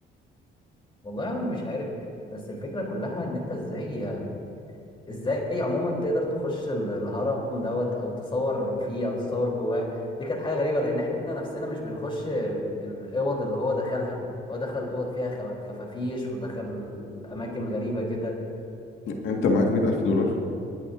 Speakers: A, on the left; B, on the left.
A: والله أنا مش عارف بس الفكرة كلها إن أنت إزاي إزاي عموما تقدر تخش ال- الهرم دوت أو تصور فيه أو تصور جواه دي كانت حاجة غريبة لأن إحنا نفسنا مش بنخش ال- الأوض اللي هو دخلها هو دخل أوض فيها خوا- خفافيش ودخل أماكن غريبة كده
B: انت معاك 100000 دولار